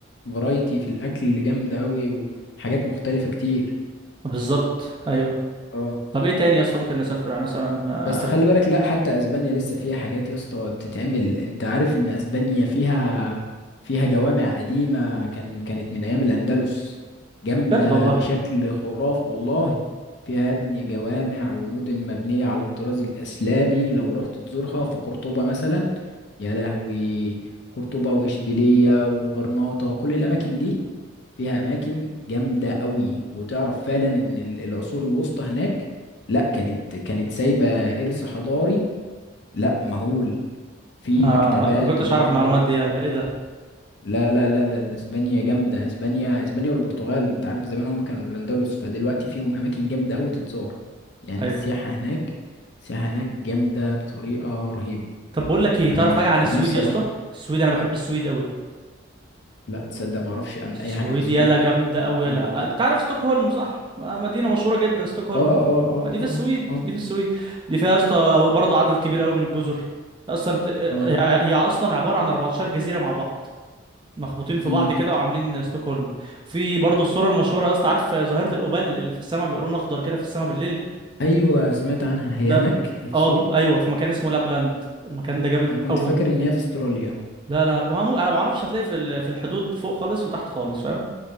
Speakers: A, on the left; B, on the right.
A: فرايتي في الاكل جامده قوي وحاجات مختلفه كتير
B: بالظبط ايوه
A: اه
B: طب ايه تاني يا اسطى ممكن نسافر يعني مثلا
A: بس خلي بالك لا حتى اسبانيا لسه فيها حاجات يا اسطى بتتعمل انت عارف ان اسبانيا فيها فيها جوامع قديمة كان كانت من ايام الاندلس جامدة
B: بجد والله
A: بشكل خرافي والله فيها يا ابني جوامع ومدن مبنية على الطراز الاسلامي لو رحت تزورها في قرطبة مثلا يا لهوي قرطبة واشبيلية وغرناطة كل الاماكن دي فيها اماكن جامده قوي وتعرف فعلا ان ال- العصور الوسطى هناك لا كانت كانت سايبه ارث حضاري لا مهول في
B: آه
A: مكتبات
B: ما كنتش
A: برضو
B: اعرف المعلومات دي يلا ايه ده
A: لا لا لا لا اسبانيا جامده اسبانيا اسبانيا والبرتغال انت عارف زمان هم كانوا الاندلس فدلوقتي فيهم اماكن جامده قوي تتزار يعني
B: ايوه
A: السياحه هناك السياحه هناك جامده بطريقه رهيبه
B: طب بقول لك ايه تعرف
A: انا
B: حاجه عن
A: انا
B: السويد
A: نفسي
B: يا
A: اروح
B: اسطى السويد انا بحب السويد قوي
A: لا تصدق ما اعرفش عن
B: السويد
A: اي حاجه عن السويد
B: يلا جامده قوي
A: بتقول
B: يلا
A: لي كده
B: آه، انت عارف ستوكهولم صح ما- مدينه مشهوره جدا ستوكهولم
A: اه اه اه
B: ما دي في
A: اه
B: السويد
A: اه
B: دي في السويد دي فيها يا اسطى برضه عدد كبير قوي من الجزر اصلا ت- هي
A: اه
B: هي اصلا عباره عن 14 جزيره مع بعض مخبوطين في
A: مم.
B: بعض كده وعاملين ستوكهولم في برضه الصوره المشهوره يا اسطى عارف ظاهره الأوبال اللي في السماء بيبقى لون اخضر كده في السماء بالليل
A: ايوه سمعت عنها هي
B: ده
A: هناك
B: ب...
A: هي في
B: اه
A: السويد
B: ب- ايوه في مكان اسمه لابلاند المكان ده جامد
A: انا كنت
B: قوي
A: فاكر ان هي في استراليا
B: لا لا لا، ما مو... انا ما اعرفش هتلاقي في ال- في الحدود فوق خالص وتحت خالص فاهم